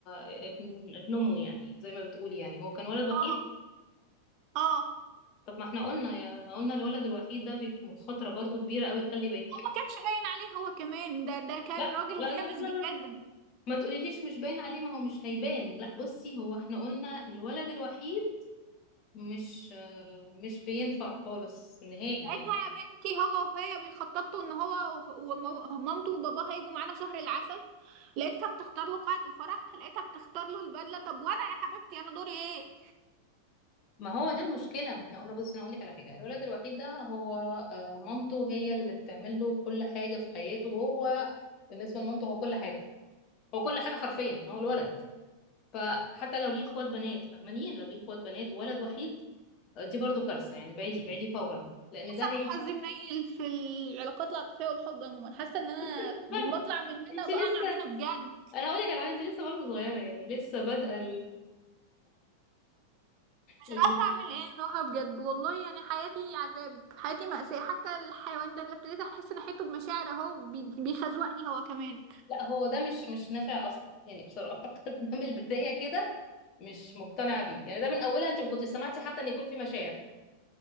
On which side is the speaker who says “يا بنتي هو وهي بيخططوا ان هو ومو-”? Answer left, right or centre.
Right